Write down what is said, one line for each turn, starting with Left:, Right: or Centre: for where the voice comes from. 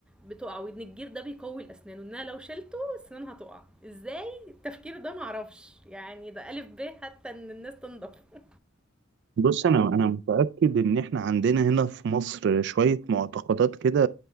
Centre: بتقع وان الجير ده بيقوي الاسنان وانها لو شلته السنان هتقع ازاي التفكير ده معرفش يعني ده الف ب حتى ان الناس تنضف <laughs>
Right: بص انا انا متاكد ان احنا عندنا هنا في مصر شويه معتقدات كده